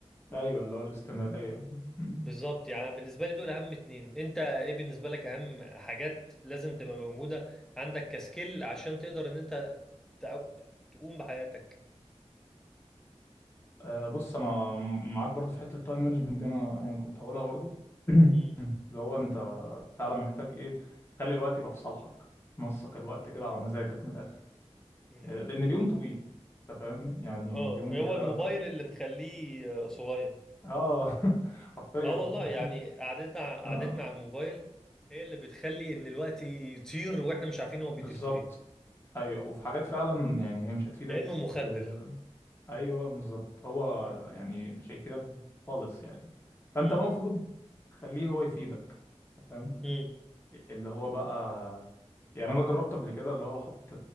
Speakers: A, on the left (about 20°); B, in the centre.
A: ايوه اللي هو الاستمراريه مم.
B: بالظبط يعني بالنسبة لي دول أهم اتنين أنت إيه بالنسبة لك أهم حاجات لازم تبقى موجودة عندك كسكيل عشان تقدر إن أنت تع- تقوم بحياتك
A: آه بص انا معاك برضو في حته التايم مانجمنت دي انا يعني كنت هقولها برضو <clears throat>
B: مم.
A: اللي هو انت فعلا محتاج ايه تخلي الوقت يبقى في صالحك نسق الوقت كده على مزاجك من الاخر
B: مم.
A: آه، لان اليوم طويل انت فاهم يعني
B: اه
A: اليوم
B: هو
A: كده
B: الموبايل اللي مخليه آه، صغير
A: اه <laughs> حرفيا
B: اه
A: والله
B: والله يعني قعدتنا قعدتنا
A: اه
B: على الموبايل هي اللي بتخلي ان الوقت يطير واحنا مش عارفين هو بيطير
A: بالظبط
B: في ايه
A: ايوه وفي حاجات فعلا يعني هي مش هتفيدك
B: كأنه مخدر
A: في- ايوه بالظبط هو
B: مم.
A: يعني مش هيفيدك خالص يعني فانت
B: مم.
A: بقى المفروض تخليه هو يفيدك فاهم
B: مم.
A: اللي هو بقى يعني انا جربت قبل كده اللي هو احط